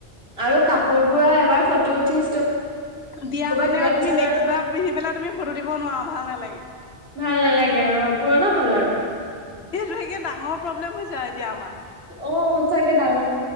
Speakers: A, on the right; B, on the left.
A: আৰু কাপোৰ বোৰ এবাৰ ফটো উঠি
B: দিয়া
A: ক'ৰবাত
B: মানে
A: দিয়াৰ
B: আৰু
A: পিছত
B: তুমি নেক্সট বাৰ পিন্ধি পেলাই তুমি ফটো দিব নোৱাৰা ভাল নালাগে
A: ভাল নালাগে আৰু পুৰণা হ'ল আৰু
B: সেইটো একে ডাঙৰ প্ৰব্লেম হৈছে আৰু এতিয়া আমাৰ
A: অ চাগে দাঙ